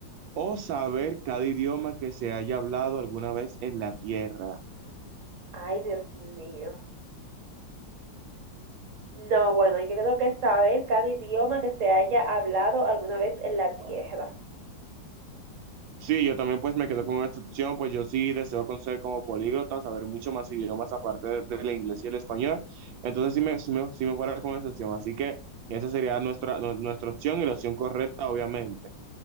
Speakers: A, on the right (about 90°); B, on the right (about 50°).
A: o saber cada idioma que se haya hablado alguna vez en la tierra.
B: Ay, Dios mío. No, bueno, yo creo que saber cada idioma que se haya hablado alguna vez en la tierra.
A: Sí, yo también pues me quedo con esta opción, pues yo sí deseo conocer como políglota, saber mucho más idiomas aparte de- del inglés y el español, entonces sí me, sí me, sí me fuera con esa opción, así que esa sería nuestra, nu- nuestra opción y la opción correcta, obviamente.